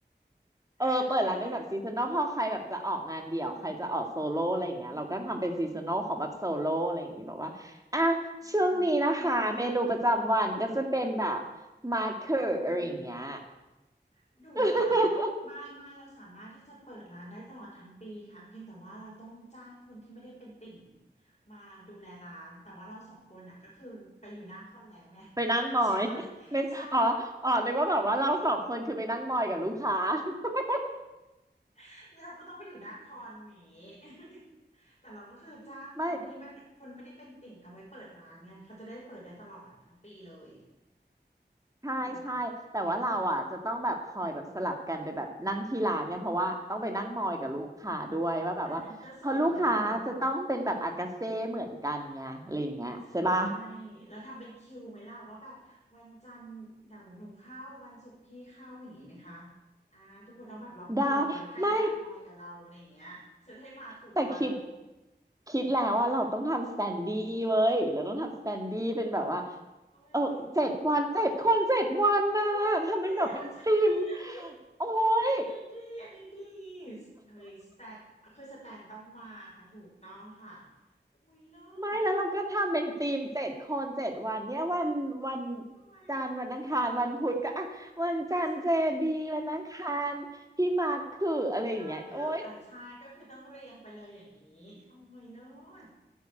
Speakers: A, on the right (about 20°); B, on the left (about 35°).
A: เออเปิดร้านเป็นแบบซีซันนลพอใครแบบจะออกงานเดี่ยวใครจะออกโซโล่อะไรอย่างเงี้ยเราก็ทำเป็นซีซันนอลของแบบโซโล่อะไรอย่างงี้แบบว่าอ่ะ
B: <laughs> อืมอ่าจริงค่ะ
A: ช่วงนี้นะคะเมนูประจำวันก็จะเป็นแบบมาร์เกอร์อะไรอย่างเงี้ย
B: โอ้ย ดูรู้แล้ว
A: <laughs>
B: ไม่ไม่เราสามารถที่จะเปิดร้านได้ตลอดทั้งปีค่ะเพียงแต่ว่าเราต้องจ้างคนที่ไม่ได้เป็นติ่งมาดูแลร้านแต่ว่าเราสองคนน่ะก็คือไปอยู่หน้าคอนแล้วไง
A: ไปนั่งมอย
B: <laughs> เข้าใจปะ
A: <laughs> ไม่อ๋ออ๋อนึกว่าแบบว่าเราสองคนคือไปนั่งมอยกับลูกค้า
B: ใช่
A: <laughs>
B: <laughs> เราก็ต้องไปอยู่หน้าคอนนี้ <laughs> แต่เราก็คือจ้างคนที่ไม่คนไม่ได้เป็นติ่งกันไว้เปิดร้านไงเขาจะได้เปิดได้ตลอดทั้งปีเลย
A: ไม่ ใช่ใช่แต่ว่าเราอ่ะจะต้องแบบคอยแบบสลับกันไปแบบนั่งที่ร้านเนี่ยเพราะว่าต้องไปนั่งมอยกับลูกค้าด้วยว่าแบบว่าเพอลูกค้าจะต้องเป็นแบบอากาเซ่เหมือนกันไงอะไรอย่างเงี้ยใช่ปะ
B: ดีมะอ๋ออันนั้นก็ส่วนหนึ่ง ใช่แล้วทำเป็นคิวไหมล่ะว่าแบบวันจันทร์เดี๋ยวหนูเข้าวันศุกร์พี่เข้าอย่างนี้ไหมคะอ่าทุกคนต้องแบบล็อกคิวไว้ใครอยากมอยกับเราอะไรอย่างเงี้ยจะได้มาถูกวัน
A: ได้ไม่แต่คิดคิดแล้วว่าเราต้องทำสแตนดี้เว้ยเราต้องทำสแตนดี้เป็นแบบว่า
B: ค่ะโอ้ย
A: เออเจ็ดวันเจ็ดคนเจ็ดวันนะทำเป็นแบบเป็นทีม
B: โอ้ยโอ้ยใช่อันนี้
A: โอ้ย
B: คุยอันนี้ดีอันนี้ดีเฮ้ยสแตนคือสแตนต้องมาค่ะถูกต้องค่ะอุ้ยเลิศ
A: ไม่แล้วเราก็ทำเป็นทีมเจ็ดคนเจ็ดวันเนี่ยวันวัน
B: โอ้ย
A: จันทร์วันอังคารวันพุธก็อ่ะวันจันทร์เจดีวันอังคารพี่มาร์คคืออะไรอย่างเงี้ยโอ๊ย
B: ใช่ มากคืออ่าใช่ก็คือต้องเรียงไปเลยอย่างนี้โอ้ยเลิศ